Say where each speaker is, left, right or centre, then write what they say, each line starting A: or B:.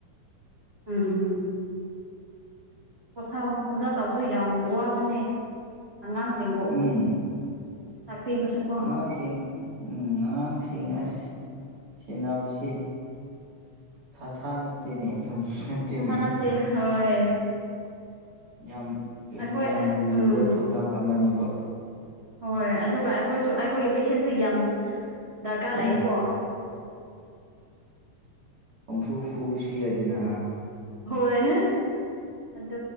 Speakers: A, on the right; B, on the right.
A: ꯑꯝꯝ ꯄꯣꯊꯥ ꯑꯣꯖꯥ ꯇꯧꯕꯁꯨ ꯌꯥꯝ ꯋꯥꯕꯅꯦ ꯑꯉꯥꯡꯁꯤꯡꯕꯨ
B: ꯎꯝ
A: ꯇꯥꯛꯄꯤꯕꯁꯨꯀꯣ
B: ꯑꯉꯥꯡꯁꯤꯡ ꯎꯝ ꯑꯉꯥꯡꯁꯤꯡ ꯑꯁ ꯁꯤꯟꯅꯕꯁꯤ ꯊꯥꯊꯥ ꯅꯠꯇꯦꯅꯦ ꯐꯒꯤꯅꯠꯇꯅꯦ
A: ꯅꯊꯥ ꯅꯠꯇꯦ ꯍꯣꯏ
B: ꯌꯥꯝ ꯀꯩꯅꯣ
A: ꯑꯩꯈꯣꯏ
B: ꯌꯥꯝ
A: ꯎꯝ
B: ꯂꯨꯕ ꯊꯧꯗꯥꯡ ꯑꯃꯅꯦꯕ
A: ꯍꯣꯏ ꯑꯗꯨꯒ ꯑꯩꯈꯣꯏꯁꯨ ꯑꯩꯈꯣꯏꯒꯤ ꯄꯦꯁꯦꯟꯁꯨ ꯌꯥꯝ ꯗꯔꯀꯥꯔ ꯂꯩꯌꯦꯀꯣ
B: ꯎꯝ ꯐꯨ ꯐꯨ ꯁꯤ ꯍꯥꯏꯗꯅ
A: ꯍꯣꯏ ꯑꯗꯨ